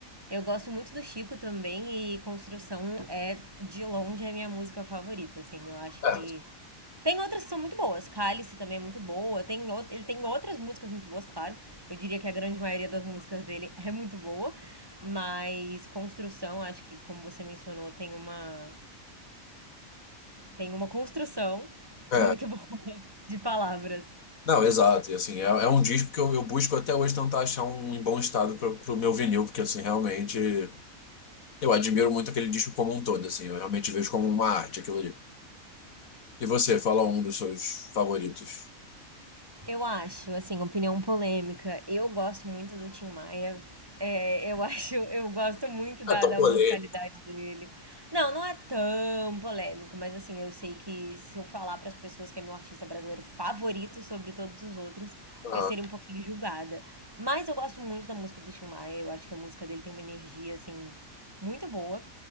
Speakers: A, on the right; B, on the left.
A: Eu gosto muito do Chico também e Construção é de longe a minha música favorita, assim. Eu acho
B: É,
A: que tem outras que são muito boas. Cálice também é muito boa. Tem out- ele tem outras músicas muito boas, claro. Eu diria que a grande maioria das músicas dele <laughs> é muito boa, mas Construção, acho que como você mencionou, tem uma tem uma construção
B: é.
A: muito <laughs> boa de palavras.
B: Não, exato, e assim, é, é um disco que eu, eu busco até hoje tentar achar um em bom estado pro, pro meu vinil, porque assim, realmente eu admiro muito aquele disco como um todo, assim, eu realmente vejo como uma arte aquilo ali. E você, fala um dos seus favoritos.
A: Eu acho, assim, opinião polêmica. Eu gosto muito do Tim Maia. É, eu <laughs> acho, eu gosto muito da,
B: É tão
A: da
B: polêmico.
A: musicalidade dele. Não, não é tão polêmico, mas assim, eu sei que se eu falar para as pessoas que é meu artista brasileiro favorito sobre todos os outros,
B: Ah,
A: eu seria um pouquinho julgada. Mas eu gosto muito da música do Tim Maia. Eu acho que a música dele tem uma energia assim muito boa.